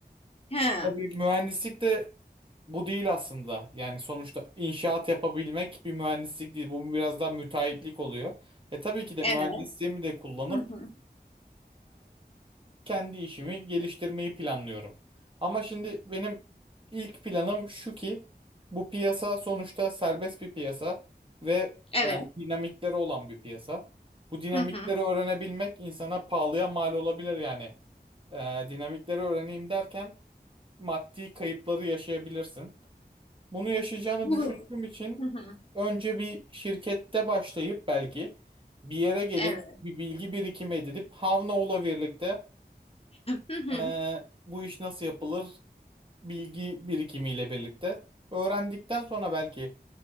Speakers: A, on the left; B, on the right.
A: hı,
B: Tabii mühendislik de bu değil aslında. Yani sonuçta inşaat yapabilmek bir mühendislik değil. Bu biraz daha müteahhitlik oluyor. E tabii ki de
A: evet
B: mühendisliğimi de kullanıp
A: hı, hı,
B: kendi işimi geliştirmeyi planlıyorum. Ama şimdi benim ilk planım şu ki bu piyasa sonuçta serbest bir piyasa ve
A: evet
B: e, dinamikleri olan bir piyasa. Bu dinamikleri
A: hı, hı,
B: öğrenebilmek insana pahalıya mal olabilir yani. E, dinamikleri öğreneyim derken maddi kayıpları yaşayabilirsin. Bunu yaşayacağını
A: bu-
B: düşündüğüm için
A: hı, hı,
B: önce bir şirkette başlayıp belki bir yere gelip
A: evet.
B: bir bilgi birikimi edinip Havnao'la birlikte
A: Hı hı.
B: ee, bu iş nasıl yapılır bilgi birikimiyle birlikte öğrendikten sonra belki